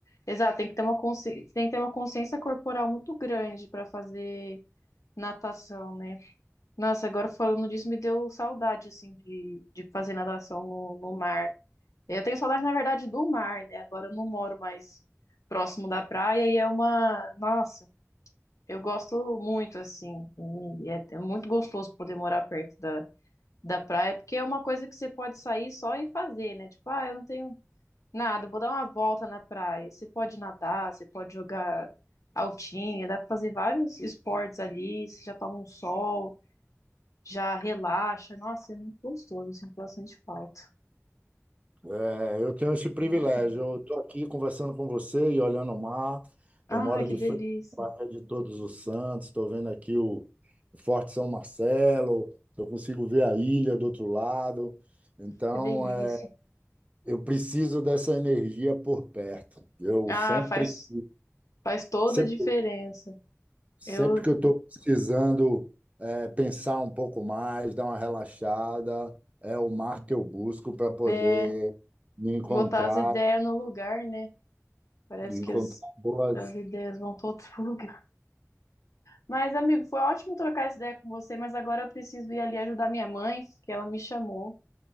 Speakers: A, on the left; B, on the right.
A: Exato, tem que ter uma consciência, tem que ter uma consciência corporal muito grande para fazer Natação, né? Nossa, agora falando disso, me deu saudade, assim, de, de fazer natação no, no mar. Eu tenho saudade, na verdade, do mar, né? Agora eu não moro mais próximo da praia e é uma. Nossa, eu gosto muito, assim. E é, é muito gostoso poder morar perto da, da praia, porque é uma coisa que você pode sair só e fazer, né? Tipo, ah, eu não tenho nada, vou dar uma volta na praia. Você pode nadar, você pode jogar altinha, dá pra fazer vários esportes ali, você já toma um sol já relaxa. Nossa, é muito gostoso, sinto bastante falta.
B: É, Eu tenho esse privilégio.
A: Bom demais.
B: Eu estou aqui conversando com você e olhando o mar.
A: Ai,
B: Eu moro
A: que
B: de
A: delícia,
B: frente à Baía de Todos os Santos. Estou vendo aqui o Forte São Marcelo. Eu consigo ver a ilha do outro lado. Então,
A: que delícia.
B: é, eu preciso dessa energia por perto. Eu
A: Ah,
B: sempre,
A: faz, faz toda
B: sempre,
A: a diferença.
B: sempre
A: Eu,
B: que eu estou precisando, é, pensar um pouco mais, dar uma relaxada, é o mar que eu busco para poder
A: é,
B: me encontrar,
A: botar as ideias no lugar, né? Parece
B: encontrar
A: que as,
B: boas
A: as ideias vão todas pro <laughs> lugar. Mas, amigo, foi ótimo trocar essa ideia com você, mas agora eu preciso ir ali ajudar minha mãe, que ela me chamou.